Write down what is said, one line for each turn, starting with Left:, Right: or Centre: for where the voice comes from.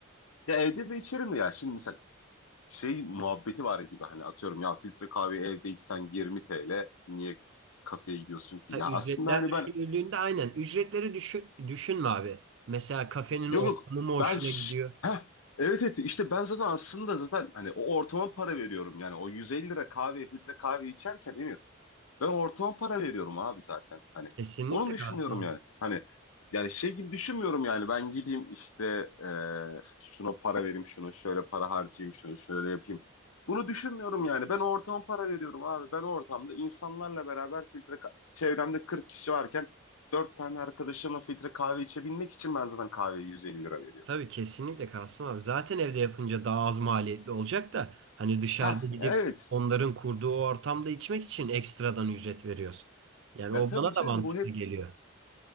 Left: Ya evde de içerim de ya. Şimdi mesela şey muhabbeti var gibi hani atıyorum ya filtre kahve evde içsen 20 TL niye kafeye gidiyorsun ki?
Right: Ha,
Left: Ya
Right: ücretler
Left: aslında hani
Right: düşünüldüğünde
Left: ben
Right: aynen ücretleri düşün, düşünme abi. Mesela kafenin
Left: Yok
Right: ortamı
Left: yok
Right: mı hoşuna
Left: ben ş-
Right: gidiyor?
Left: Heh, evet evet işte ben zaten aslında zaten hani o ortama para veriyorum yani o 150 lira kahve filtre kahve içerken Emir ben ortama para veriyorum abi zaten. Hani
Right: Kesinlikle
Left: onu düşünüyorum
Right: kalsın abi.
Left: yani. Hani yani şey gibi düşünmüyorum yani. Ben gideyim işte e, şuna para vereyim, şunu şöyle para harcayayım, şunu şöyle yapayım. Bunu düşünmüyorum yani. Ben o ortama para veriyorum abi. Ben o ortamda insanlarla beraber filtre ka- çevremde 40 kişi varken 4 tane arkadaşımla filtre kahve içebilmek için ben zaten kahveye 150 lira veriyorum.
Right: Tabii kesinlikle Kasım abi. Zaten evde yapınca daha az maliyetli olacak da hani dışarıda
Left: Heh,
Right: gidip
Left: evet.
Right: onların kurduğu o ortamda içmek için ekstradan ücret veriyoruz. Yani
Left: Ya
Right: o
Left: tabii
Right: bana
Left: canım
Right: da mantıklı
Left: bu hep
Right: geliyor.